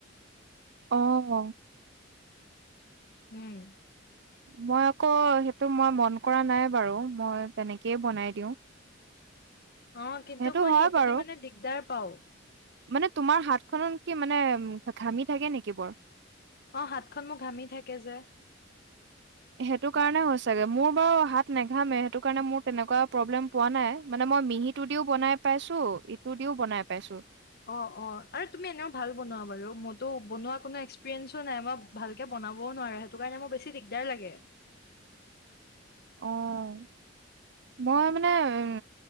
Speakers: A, on the right; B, on the left.
A: অঁহ
B: উম
A: মই আক' সেইটো মই মন কৰা নাই বাৰু মই তেনেকেই বনাই দিওঁ।
B: অঁ, কিন্তু
A: সেইটো
B: মই
A: হয়
B: সেটোদি
A: বাৰু
B: মানে দিগদাৰ পাওঁ।
A: মানে তোমাৰ হাতখনত কি মানে, ঘাঁমি থাকে নেকি বৰ?
B: অঁ হাতখন মোৰ ঘাঁমি থাকে যে।
A: সেটো কাৰণে চাগে মোৰ বাৰু হাত নেঘাঁমে সেটো কাৰণে মোৰ তেনেকুৱা প্ৰব্লেম পোৱা নাই, মানে মই মিহি টো দিও বনাই পাইছো, ইটো দিও বনাই পাইছো।
B: অ' অ' আৰে তুমি এনেও ভাল বনোৱা বাৰু মইতো বনোৱা কোনো এক্সপিৰিয়েন্ঞ্চো নাই, মই ভালকে বনাবও নোৱাৰো, সেটো কাৰণে মোৰ বেছি দিগদাৰ লাগে। <inaudible>
A: অ', মই মানে এ